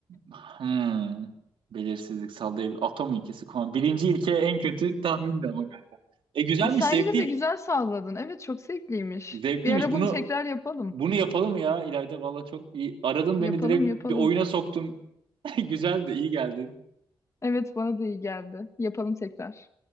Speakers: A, on the right; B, on the left.
A: Hmm. Belirsizlik sallayabilir. Atom ilkesi. Kuantum. Birinci ilke en kötü tahmindi ama galiba. E güzelmiş,
B: Sen
A: zevkli.
B: yine de güzel salladın. Evet çok zevkliymiş.
A: Zevkliymiş.
B: Bir ara
A: Bunu
B: bunu tekrar yapalım.
A: bunu yapalım ya İlayda. Valla çok iyi. Aradın
B: Yapalım
A: beni direkt
B: yapalım.
A: bir oyuna soktum. <laughs> Güzeldi, iyi geldi.
B: Evet bana da iyi geldi. Yapalım tekrar.